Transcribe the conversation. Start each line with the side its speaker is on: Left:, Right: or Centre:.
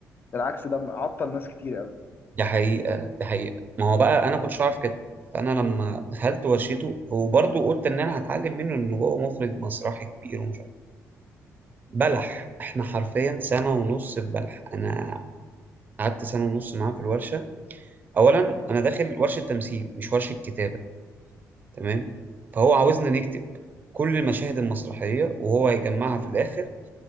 Left: بالعكس ده عطل ناس كتير قوي
Right: ده حقيقه ده حقيقه ما هو بقى انا كنتش اعرف كده فانا لما دخلت ورشته وبرضه قلت ان انا هتعلم منه ان هو مخرج مسرحي كبير ومش عارف بلح احنا حرفيا سنه ونص في بلح انا قعدت سنه ونص معاه في الورشه اولا انا داخل ورشه تمثيل مش ورشه كتابه تمام
Left: مم.
Right: فهو عاوزنا نكتب كل المشاهد المسرحية وهو هيجمعها في الآخر